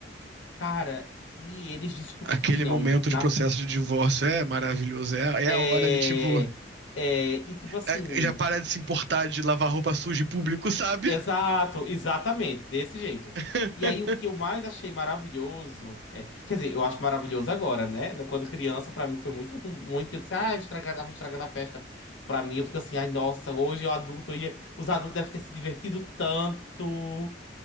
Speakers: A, on the left; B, on the right.
A: Cara, e eles discutiram
B: aquele momento
A: na.
B: de processo de divórcio é maravilhoso. É, é
A: É,
B: a hora de, tipo,
A: é, e tipo assim,
B: é- é, já parar de se importar de lavar roupa suja em público, sabe?
A: exato, exatamente, desse jeito.
B: <laughs>
A: E aí o que eu mais achei maravilhoso, é, quer dizer, eu acho maravilhoso agora, né? Né, Quando criança, pra mim foi muito ruim, muito, porque eu disse, ah, estragar, tava estragando a festa. Pra mim, eu fico assim, ai, nossa, hoje eu adulto, eu ia, os adultos devem ter se divertido tanto.